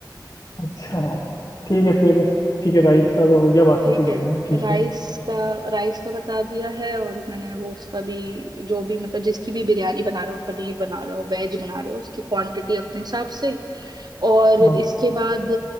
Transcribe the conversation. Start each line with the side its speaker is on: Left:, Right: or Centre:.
Left: अच्छा ठीक है फिर ठीक है राइस का तो हो गया बासमती
Right: <laughs> ठीक
Left: लेना
Right: है
Left: है ठीक
Right: राइस
Left: है
Right: का राइस का बता दिया है और मैंने वो उसका भी जो भी मतलब जिसकी भी बिरयानी बना रहे हो पनीर बना रहे हो वेज बना रहे हो उसकी क्वांटिटी अपने हिसाब से और
Left: हाँ
Right: इसके बाद